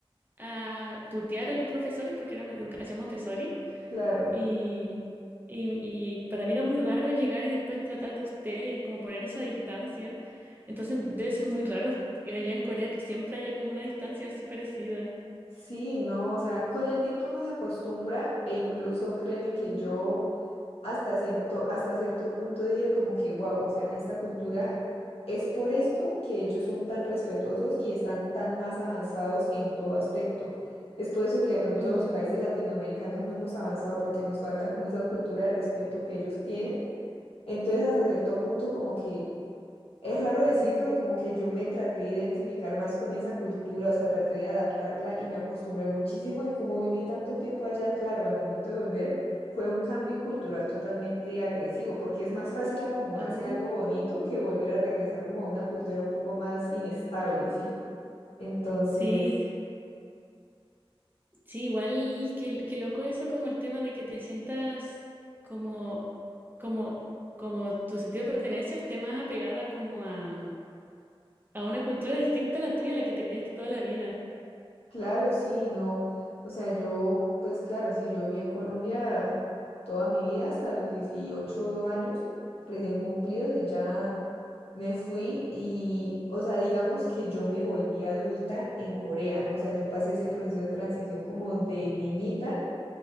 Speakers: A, on the right; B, on the left.
A: a tutear a los profesores porque era educación Montessori.
B: claro.
A: Y, y, y para mí era muy raro llegar y después tratar de usted y como poner esa distancia. Entonces debe ser muy raro que allá en Corea que siempre haya como una distancia así parecida.
B: Sí, no, o sea, con el tiempo uno se acostumbra e incluso créeme que
A: Ujú,
B: yo hasta cierto, hasta cierto punto dije como que, wow, o sea, esta cultura es por esto que ellos son tan respetuosos y están tan más avanzados en todo aspecto. Es por eso que de pronto
A: ujú.
B: los países latinoamericanos no hemos avanzado porque nos falta como esa cultura de respeto que ellos tienen. Entonces, hasta cierto punto como que es raro decir, pero como que yo me traté de identificar más con esa cultura, o sea, traté de adaptarla y me acostumbré muchísimo y como viví tanto tiempo allá, claro, al momento de volver fue un cambio cultural totalmente agresivo, porque es más fácil acomodarse
A: Oh,
B: a algo bonito que volver a regresar como a una cultura un poco más inestable, ¿sí? Entonces,
A: sí, sí, igual que, que loco eso como el tema de que te sientas como, como, como tu sentido de pertenencia esté más apegada como a, a una cultura distinta a la tuya, a la que te criaste toda la vida.
B: Claro, sí, no. O sea, yo, pues claro, sí, yo viví en Colombia toda mi vida hasta los 18 años, recién cumplidos, y ya me fui y, o sea, digamos que yo me volví adulta en Corea, ¿no? O sea, yo pasé ese proceso de transición como de niñita